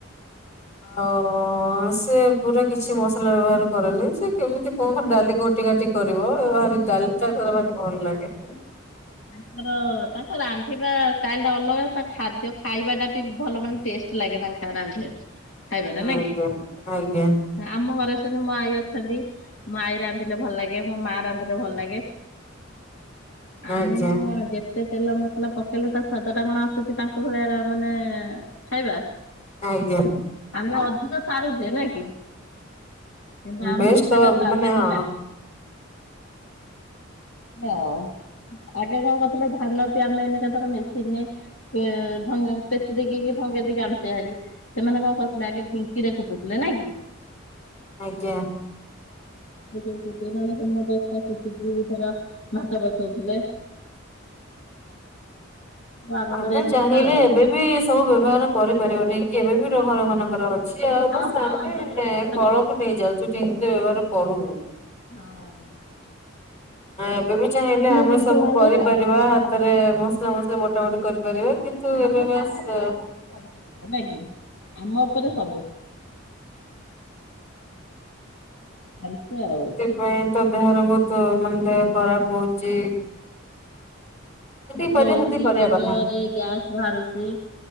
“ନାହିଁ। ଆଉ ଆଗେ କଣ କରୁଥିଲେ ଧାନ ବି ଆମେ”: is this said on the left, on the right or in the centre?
Left